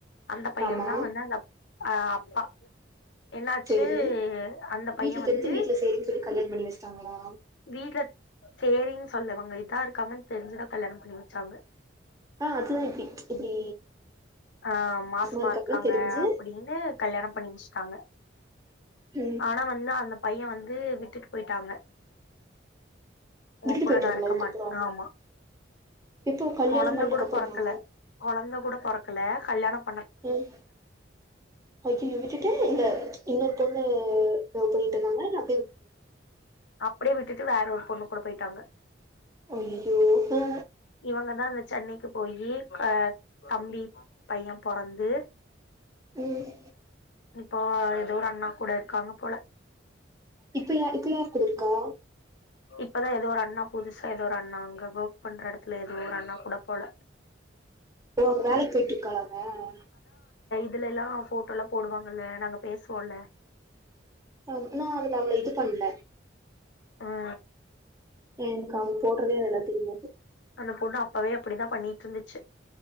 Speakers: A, on the left; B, on the right.
A: அந்த பையன்தா
B: ஆமா
A: வந் ஆ அப்பா என்னாச்சு
B: சேரி
A: அந்த பைய
B: வீட்ல
A: வந்து
B: தெரிஞ்சு வீட்ல சேரின்னு சொல்லி கல்யாணம் பண்ணி வச்சுட்டாங்களா
A: வீட்ல சேரின்னு சொன்னவங்க இத் க்கா இருக்காங்கன்னு தெரிஞ்சுதா கல்யாணம் பண்ணி வச்சாங்க
B: ஆ அது தா இப்டி இப்டி
A: ஆ மாசமா
B: இருக்காங்கன்னு
A: இருக்காங்க
B: தெரிஞ்சு
A: அப்டின்னு கல்யாணம் பண்ணி வச்சுட்டாங்க
B: ம்
A: ஆனா வந்து அந்த பையன் வ ந்து விட்டுட்டு போயிட்டாங்க
B: விட்டுட்டு
A: உன் கூட
B: போயிட்டாங்களா
A: நா இருக்க
B: அதுக்கப்புறோ
A: மாட் ஆமா
B: எப்போ கல்யாணம்
A: கொழந்த
B: பண்ணக்கப்புறமா
A: கூட பொறக்கல கொழந்த கூட பொறக் கல கல்யாணம்
B: ம் அய்யய்யோ விட்டுட்டு இல்ல இன்னொரு பொண்ண லவ் பண்ணிட்டு இருந்தாங்கல
A: அப்டியே விட்டுட்டு வேற ஒரு பொண்ணு கூட போயிட்டாங்க
B: அய்யோ அ
A: இவங்கதா இந்த சென்னைக்கு போயி க தம்பி பையன் பொறந்து
B: ம்
A: இப்போ ஏதோ ஒரு அண்ணா கூட இருக்காங்க போல
B: இப்ப யா இப்ப யாரு கூட இருக்கா
A: இப்ப தா ஏதோ ஒரு அண்ணா புதுசா ஏதோ ஒரு அண்ணா அங்க ஒர்க் பண்ற இடத்துல ஏதோ ஒரு அண்ணா கூட போல
B: ஓ வேலைக்கு போயிட்டுருக்காளா அவ
A: இதுல எல்லா போட்டோல போடுவாங்கல்ல நாங்க பேசுவோம்ல
B: அப்றோம் அவள அவ்ளோ இது பண்ல
A: ஆ
B: எனக் அவ போடுறதே அதுல தெரியது
A: அந்த பொண்ணு அப்பவே அப்டிதான் பண்ணிட்டு இருந்துச்சு